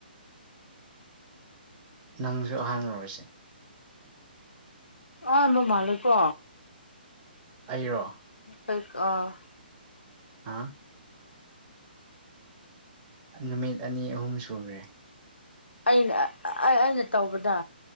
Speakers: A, on the right (about 20°); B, on the left (about 85°).
A: ꯅꯪꯁꯨ ꯑꯍꯥꯟꯕ ꯂꯨꯔꯁꯦ
B: ꯑ ꯅꯣ ꯃꯥꯂ ꯀꯣ
A: ꯑꯩꯔꯣ
B: ꯑ
A: ꯍꯥꯥ ꯅꯨꯃꯤꯠ ꯑꯅꯤ ꯑꯍꯨꯝ ꯁꯨꯈ꯭ꯔꯦ
B: ꯑꯩꯅ ꯑꯩꯅ ꯇꯧꯕꯗ